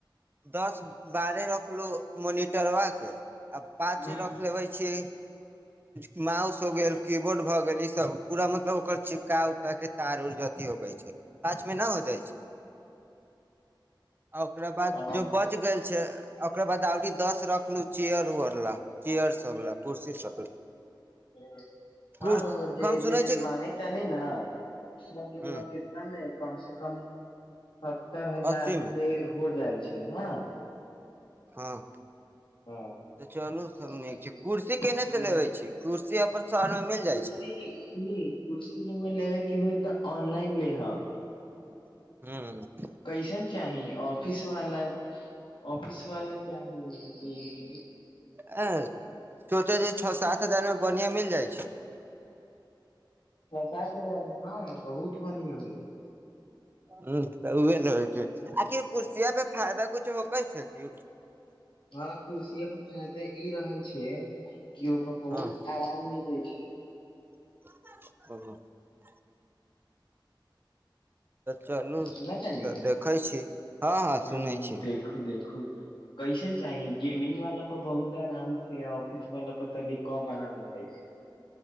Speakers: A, on the right (about 25°); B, on the left (about 85°).
A: दस बारहे रखलु मोनिटर वा आ पच
B: हूँ
A: रक छै माउस हो गेल कीबोर्ड भ गेल ई सब पूरा मतलब ओकर चिपका उपका के तार उर अथी होगै छै गाछ मे न हो जाइ छै आ ओकरा बाद
B: ओ
A: जो बच गेल छै ओकरा बाद आऔरी दस रखलु चेयर उअर ला कियर सबला कुर्सी सब
B: <unintelligible> हाँ
A: कुर्स
B: र‌उवा जे
A: हम सुनै छियै
B: माँंगेता ने ना ओ
A: ह
B: कितना ने कम से क कम सत्तर हजार
A: अस्सी मे
B: ले हो जाइ छै हँ
A: हँ
B: हँ
A: तऽ चलू सब
B: तऽ
A: नीक छै कुर्सी केने से
B: मने
A: लेबे छी कुर्सी अपन शहर मे मिल जाइ
B: कुर्सी
A: छै
B: सुनि कुर्सीमे लेबेके होइ तऽ ऑनलाइन लेहब
A: <unintelligible>
B: क‌इसन चाही ऑफिस वाला ऑफिस वाला चाही की
A: ह सोचे छओ सात हजार मे बढ़ीया मिल जाइ छै
B: छौ सात हजार मे हँ बहुत बढ़िया मिल‌इ
A: ह तऽ उहे ने होइ छै आखिर कुर्सिया पे फायदा कुछ होकै छै क
B: हँ कुर्सीय पर फायदाे ई रहल छै कि ओकर बहुत
A: हँ
B: आराम मिले छै
A: <unintelligible> चलू
B: सुनतानी
A: तऽ देखै छी हँ हँ
B: ह
A: सुनै छी
B: देखू देखू कइसन चाही गेमिंग वाला पर बहुत आराम छै ऑफिस वाला पर तनी कम आराम रहै छै